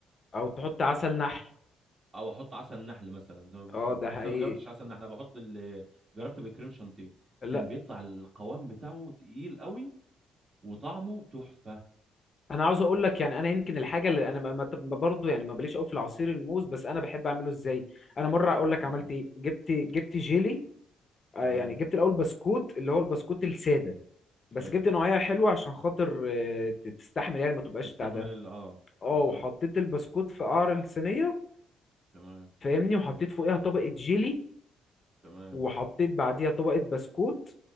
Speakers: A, on the left; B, on the right.
A: او تحط عسل نحل
B: او احط عسل نحل مثلا زي ما بتقول
A: اه ده
B: بس
A: حقيقي
B: انا ما جربتش عسل نحل انا بحط اللي جربت بالكريم شانتيه
A: لا
B: كان بيطلع القوام بتاعه تقيل قوي وطعمه تحفة
A: انا عاوز اقول لك يعني انا يمكن الحاجه اللي انا ما برضه يعني ما بليش قوي في العصير الموز بس انا بحب اعمله ازاي انا مره اقول لك
B: مم.
A: عملت ايه جبت جبت جيلي آه،
B: تمام
A: يعني جبت الاول بسكوت اللي هو البسكوت الساده بس
B: حلو
A: جبت نوعيه حلوه عشان خاطر آه، ت- تستحمل يعني ما تبقاش
B: تستحمل
A: بتاع ده
B: ال اه
A: اه
B: بالظبط
A: وحطيت البسكوت في قعر الصينيه
B: تمام
A: فاهمني وحطيت فوقيها طبقة جيلي
B: تمام
A: وحطيت بعديها طبقة بسكوت